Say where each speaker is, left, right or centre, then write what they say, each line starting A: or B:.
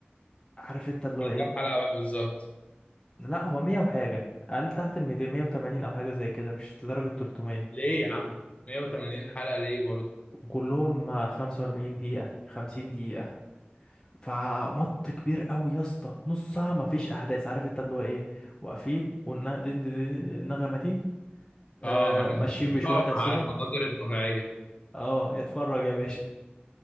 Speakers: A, on the left; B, on the left.
A: عارف انت اللي
B: كان
A: هو ايه
B: كام حلقة بقى بالظبط
A: لا هو مية وحاجة قال تحت الميتين مية وتمانين أو حاجة زي كده مش لدرجة تلتمية
B: ليه يا عم 180 حلقة ليه برضه؟
A: وكلهم خمسة وأربعين دقيقة خمسين دقيقة فمط كبير قوي يا اسطى نص ساعة مفيش أحداث عارف انت اللي هو ايه واقفين والنغمة دي آه
B: اه <laughs> الموسيقى
A: ماشيين بشوية أحصنة
B: مع المناظر الطبيعية
A: اه اتفرج يا باشا